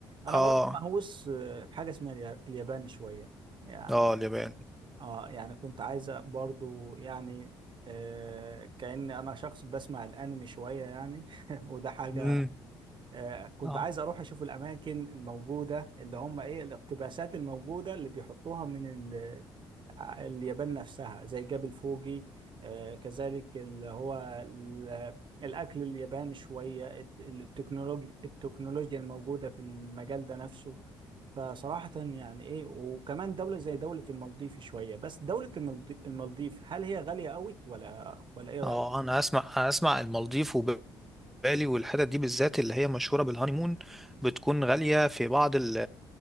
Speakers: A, on the right (about 50°); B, in the centre.
A: انا
B: اه
A: برضو مهووس آه، بحاجه اسمها اليا- اليابان شويه يعني
B: اه اليابان
A: اه يعني كنت عايزه برضو يعني آه كأني انا شخص بسمع الانمي شويه يعني <laughs> وده حاجه
B: مم.
A: آه كنت
B: اه
A: عايز اروح اشوف الاماكن الموجوده اللي هم ايه الاقتباسات الموجوده اللي بيحطوها من اليابان نفسها زي جبل فوجي آه، كذلك اللي هو ال- الأكل الياباني شوية الت- التكنولوجيا التكنولوجيا الموجودة في المجال ده نفسه فصراحة يعني إيه وكمان دولة زي دولة المالديف شوية بس دولة المالدي- المالديف هل هي غالية قوي ولا ولا إيه رأيك؟
B: اه انا اسمع اسمع المالديف بالي والحتت دي بالذات اللي هي مشهورة بالهانيمون بتكون غالية في بعض ال-